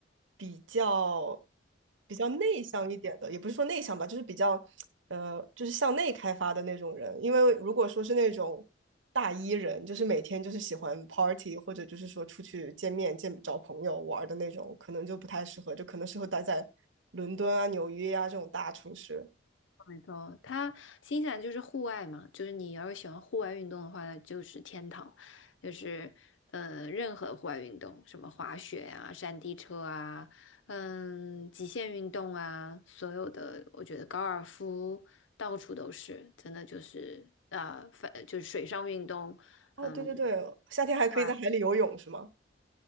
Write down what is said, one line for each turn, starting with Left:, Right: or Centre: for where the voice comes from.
Right: 比较比较内向一点的，也不是说内向吧，就是比较呃，就是向内开发的那种人。因为如果说是那种大 E 人，就是每天就是喜欢 party 或者就是说出去见面、见找朋友玩儿的那种，可能就不太适合，就可能适合待在伦敦啊、纽约啊这种大城市。
Left: 没错，它新西兰就是户外嘛，就是你要是喜欢户外运动的话，那就是天堂，就是呃，任何户外运动，什么滑雪啊、山地车啊，嗯，极限运动啊，所有的，我觉得高尔夫到处都是，真的就是呃，反就是水上运动。
Right: 哦，
Left: 嗯
Right: 对对对，夏天还可以在海里游泳，
Left: 啊。
Right: 是吗？